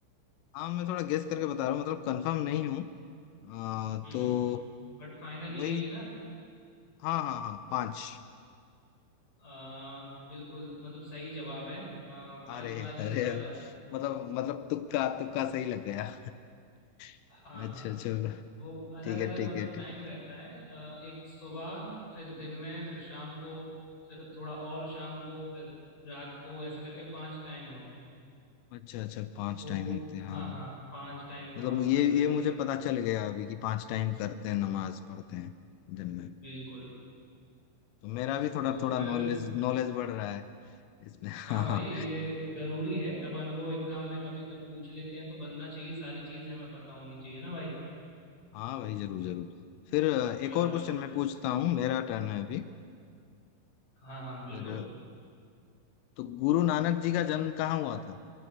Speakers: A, on the left; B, on the left.
A: हाँ मैं थोड़ा गेस करके बता रहा हूँ मतलब कंफर्म नहीं हूँ आ,
B: हम्म
A: तो
B: बट फाइनल यही
A: वही
B: है ना
A: हाँ हाँ हाँ पांच
B: आ, बिल्कुल मतलब सही जवाब है आ, पांच
A: अरे
B: बार ही
A: अरे
B: पढ़ा जाता है
A: मतलब मतलब तुक्का तुक्का सही लग गया <laughs>
B: हाँ
A: अच्छा
B: हाँ
A: चलो
B: वो अलग
A: ठीक
B: अलग
A: है ठीक
B: मतलब
A: है
B: टाइम
A: ठीक
B: रहता
A: है
B: है आ, एक सुबह फिर दिन में फिर शाम को फिर थोड़ा और शाम को फिर रात को ऐसे करके पांच टाइम होते हैं
A: अच्छा अच्छा पांच
B: तो
A: टाइम होते हैं
B: हाँ
A: हाँ
B: हाँ पांच टाइम
A: मतलब
B: नमाज
A: ये
B: पढ़ी जाती
A: ये मुझे
B: है
A: पता चल गया अभी कि पांच टाइम करते हैं नमाज पढ़ते हैं दिन में
B: बिल्कुल
A: तो मेरा भी थोड़ा
B: तो
A: थोड़ा
B: फिर
A: नॉलेज नॉलेज बढ़ रहा है इसमें <laughs> हाँ
B: हाँ भाई
A: हाँ
B: ये जरूरी है अपन को एग्जाम में कभी कुछ पूछ लेते हैं तो बनना चाहिए सारी चीजें हमें पता होनी चाहिए ना भाई
A: हाँ भाई जरूर जरूर फिर अ,
B: चलो
A: एक और क्वेश्चन मैं पूछता हूँ मेरा टर्न है अभी
B: हाँ हाँ बिल्कुल
A: फिर तो गुरु नानक जी का जन्म कहाँ हुआ था